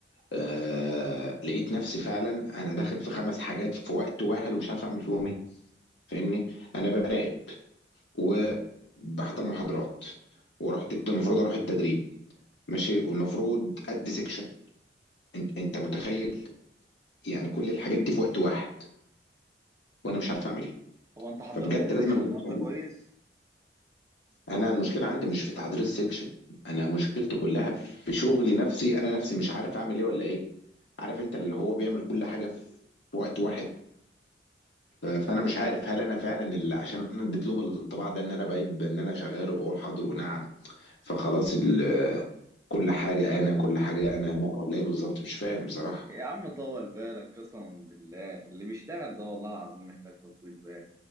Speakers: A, on the left; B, on the right.
A: آه لقيت نفسي فعلا انا داخل في خمس حاجات في وقت واحد ومش عارف اعمل فيهم ايه فاهمني انا براقب وبحضر محاضرات ورحت الت- المفروض اروح التدريب ماشي والمفروض ادي سيكشن انت أنت متخيل يعني كل الحاجات دي في وقت واحد وانا مش عارف اعمل ايه
B: هو انت حضرت
A: فبجد
B: السكشن
A: لازم أنا
B: النهارده
A: أشوف حل.
B: كويس
A: انا المشكله عندي مش في تحضير السكشن انا مشكلتي كلها في شغلي نفسي انا نفسي مش عارف اعمل ايه ولا ايه عارف انت اللي هو بيعمل كل حاجه في وقت واحد ف- فانا مش عارف هل انا فعلا اللي عشان انا اديت لهم الانطباع ده ان انا بقيت بان انا شغال وبقول حاضر ونعم فخلاص ال- كل حاجه انا كل حاجه انا انا ولا ايه بالظبط مش فاهم بصراحه
B: يا عم طول بالك قسما بالله اللي بيشتغل ده والله العظيم محتاج تطويل بال